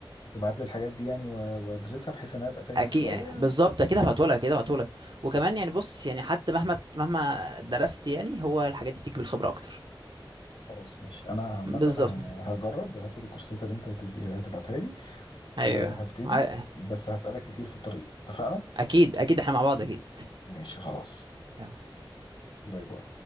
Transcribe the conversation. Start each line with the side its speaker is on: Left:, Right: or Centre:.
Left: هتبعت لي الحاجات دي يعني و... وادرسها بحيث ان انا ابقى فاهم
Right: أكيد
Left: شويه
Right: بالظبط أكيد هبعتهولك أكيد هبعتهولك وكمان يعني بص يعني حتى مهما مهما درست يعني هو الحاجات دي بتيجي بالخبرة أكتر
Left: فخلاص ماشي انا عامه
Right: بالظبط
Left: ه... هجرب وهاخد الكورسات اللي انت هتديها هتبعتها لي
Right: أيوه
Left: وهبتدي
Right: ع-
Left: بس هسألك كتير في الطريق اتفقنا
Right: اكيد اكيد احنا مع بعض اكيد
Left: ماشي خلاص
Right: يا
Left: باي باي